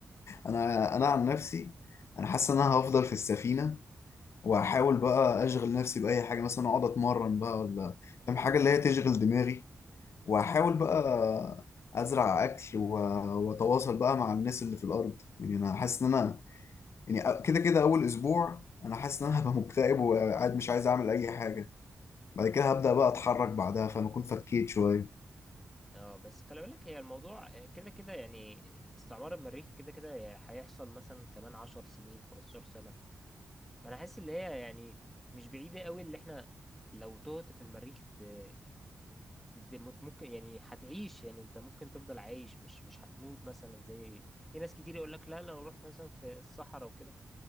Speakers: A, on the left; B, in the centre.
A: انا انا عن نفسي انا حاسس ان انا هفضل في السفينه واحاول بقى اشغل نفسي باي حاجه مثلا اقعد اتمرن بقى ولا فاهم حاجه اللي هي تشغل دماغي واحاول بقى ازرع اكل و- واتواصل بقى مع الناس اللي في الارض يعني انا حاسس ان انا يعني كده كده اول اسبوع انا حاسس ان انا هبقى مكتئب وقاعد مش عايز اعمل اي حاجه بعد كده هبدا بقى اتحرك بعدها فانا اكون فكيت شويه
B: اه بس خلي بالك هي الموضوع آه، كده كده يعني استعمار المريخ كده كده هيحصل مثلا كمان 10 سنين 15 سنه فانا حاسس ان هي يعني مش بعيده قوي اللي احنا لو تهت في المريخ ت- تد- مت- ممكن يعني هتعيش يعني انت ممكن تفضل عايش مش مش هتموت مثلا زي في ناس كتير يقول لك لا لو رحت مثلا في الصحراء وكده